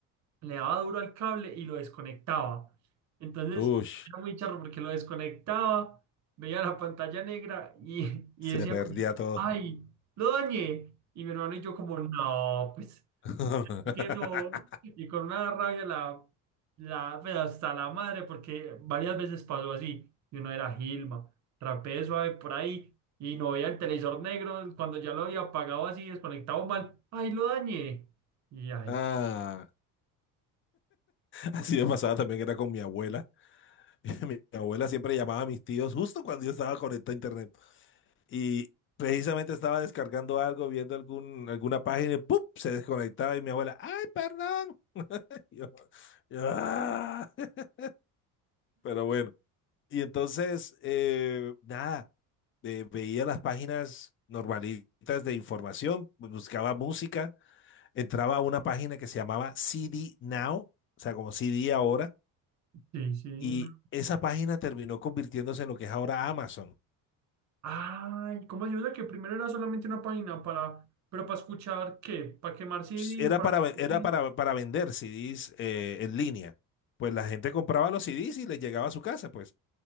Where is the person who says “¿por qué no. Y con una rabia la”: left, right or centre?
Right